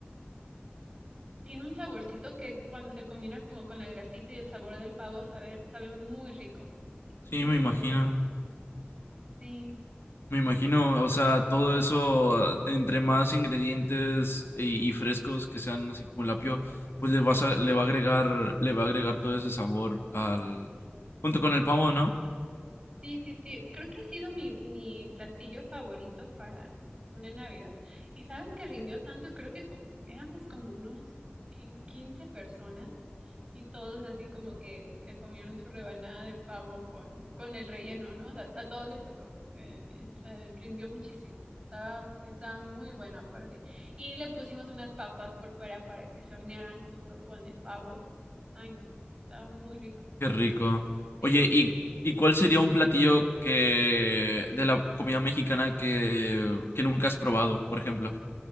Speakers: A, on the right (about 15°); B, on the left (about 75°).
A: tiene un saborcito que cuando se combina como con la grasita y el sabor del pavo sabe, sabe muy rico, muy,
B: Sí, me
A: muy
B: imagino.
A: bueno. Sí.
B: Me imagino, o sea, todo eso, entre más ingredientes y, y frescos que sean así como el apio, pues le vas a, le va a agregar, le va a agregar todo ese sabor al, junto con el pavo, ¿no?
A: Sí, sí, sí. Creo que ha sido mi, mi platillo favorito para una Navidad. Y sabes que rindió tanto, creo que co- éramos como unos qui- 15 personas y todos así como que se comieron su rebanada de pavo con, con el relleno, ¿no? O sea, a todos les tocó. Eh, eh, o sea, rindió muchísimo. Estaba, estaba muy bueno aparte. Y le pusimos unas papas por fuera para que se hornearan junto con el pavo. Ay, no, estaba muy rico.
B: Qué rico.
A: Sí,
B: Oye, ¿y, y cuál sería un platillo que de la comida mexicana que, que nunca has probado, por ejemplo?